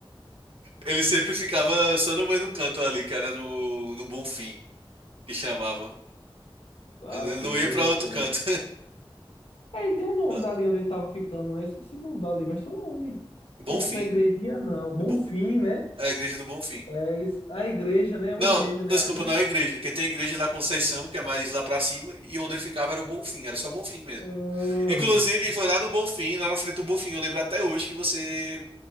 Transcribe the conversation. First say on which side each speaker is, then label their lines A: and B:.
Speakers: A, on the right (about 70°); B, on the left (about 75°).
A: Ele sempre ficava só no mesmo canto ali, que era no, no Bonfim, que chamava.
B: Tá
A: Mas ele
B: doido?
A: não ia pra outro
B: É.
A: canto.
B: É, e tem um nome
A: <laughs>
B: dali onde ele tava ficando, né? Esqueci o nome dali, mas tem um nome.
A: Bonfim.
B: É tipo na igrejinha, não. Bonfim,
A: É bom,
B: né?
A: é a igreja do Bonfim.
B: É isso. A igreja, né? É
A: Não,
B: uma igreja, né?
A: desculpa,
B: Ali.
A: não é igreja, porque tem a igreja da Conceição, que é mais lá pra cima, e onde ele ficava era o Bonfim, era só o Bonfim mesmo.
B: Ah.
A: Inclusive, foi lá no Bonfim, lá na frente do Bonfim, eu lembro até hoje que você